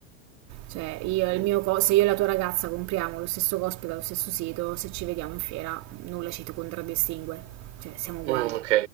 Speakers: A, on the right (about 50°); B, on the right (about 75°).
A: Cioè, io e
B: Mm,
A: il mio co- se io e la tua ragazza compriamo lo stesso cosplay dallo stesso sito, se ci vediamo in fiera, nulla ci contraddistingue. Cioè, siamo uguali.
B: mm, ok,